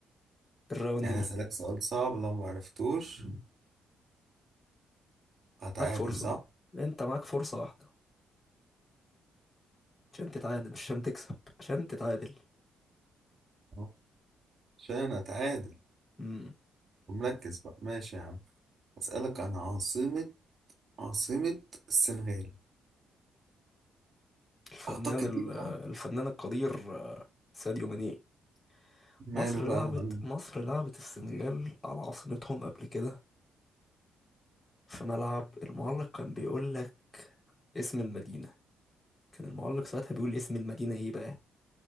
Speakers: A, on the left; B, on the right.
A: الراوند
B: يعني
A: دي
B: هسألك سؤال صعب لو ما عرفتوش هتعادل
A: معاك فرصة
B: صح؟
A: انت معاك فرصة واحدة عشان تتعادل مش عشان تكسب عشان تتعادل
B: آه. عشان أتعادل
A: مم.
B: ومركز بقى ماشي يا عم هسألك عن عاصمة عاصمة السنغال
A: الفنان
B: أعتقد
A: ال-
B: دي بقى
A: الفنان القدير آه، ساديو ماني
B: ماله
A: مصر
B: بقى
A: لعبت
B: يا معلم
A: مصر لعبت السنغال على عاصمتهم قبل كده في ملعب المعلق كان بيقول لك اسم المدينة كان المعلق ساعتها بيقول اسم المدينة ايه بقى